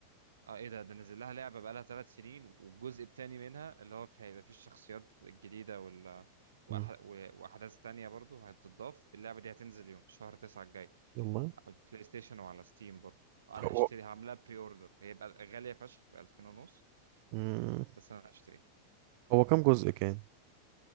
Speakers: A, on the right; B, on the right.
A: اه ايه ده ده نزل لها لعبه بقالها ثلاث سنين والجزء الثاني منها اللي هو في هيبقى فيه الشخصيات الجديده وال وأح...
B: مم.
A: و- واحداث تانية برضو هتتضاف اللعبه دي هتنزل يوم شهر 9 الجاي
B: والله
A: على البلاي ستيشن وعلى ستيم برضو انا
B: هو
A: هشتري هعملها بري اوردر هيبقى غاليه فشخ ب 2000 ونص
B: مم.
A: بس انا هشتريها
B: هو كام جزء كان